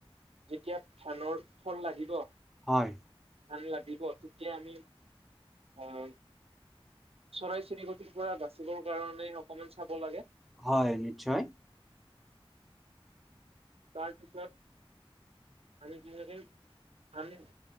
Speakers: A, on the right; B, in the centre.
A: যেতিয়া ধানৰ ফল লাগিব।
B: হয়।
A: ধান লাগিব তেতিয়া আমি, অঁ চৰাই চিৰিকটিৰ পৰা বাচিবৰ কাৰণে অকমান চাব লাগে।
B: হয় নিশ্চয়।
A: তাৰপিছত আমি তেনেকেই আমি